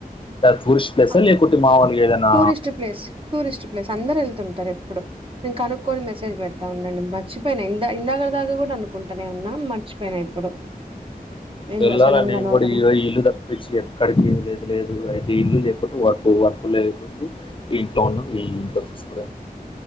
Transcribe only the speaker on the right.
ఆ,
టూరిస్ట్ ప్లేస్ టూరిస్ట్ ప్లేస్ అందరుూ వెళ్తుంటారు ఎప్పుడు నేను కనుక్కొని మెసేజ్ పెడతా ఉండండి మర్చిపోయినా ఇందా ఇందాక దాగా కూడా అనుకుంటూనే ఉన్నా మర్చిపోయినా ఇప్పుడు ఏందో
సడన్
గా నోరులో